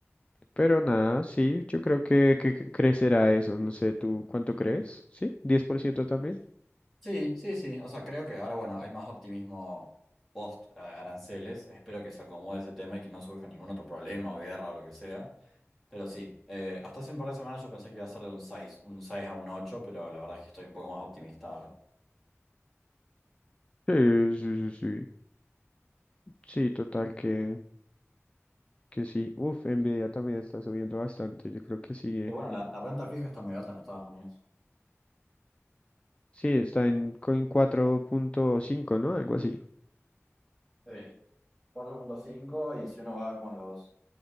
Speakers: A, on the left (about 25°); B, in the centre.
A: Pero nada, sí, yo creo que, que c- crecerá eso. No sé, ¿tú cuánto crees? ¿Sí? diez por ciento también?
B: Sí, sí, sí. O sea, creo que ahora, bueno, hay más optimismo post eh, aranceles. Espero que se acomode ese tema y que no surja ningún otro problema o guerra o lo que sea. Pero sí, eh, hasta hace un par de semanas yo pensé que iba a ser de un seis, un 6 a un 8, pero la verdad es que estoy un poco más optimista ahora.
A: Sí, sí, sí, sí. Sí, total que, que sí. Uf, Nvidia también está subiendo bastante. Yo creo que sigue.
B: Pero bueno, la, la renta fija está muy alta en Estados Unidos.
A: Sí, está en, co- en cuatro punto cinco ¿no? Algo así.
B: Sí. cuatro punto cinco y si uno va con los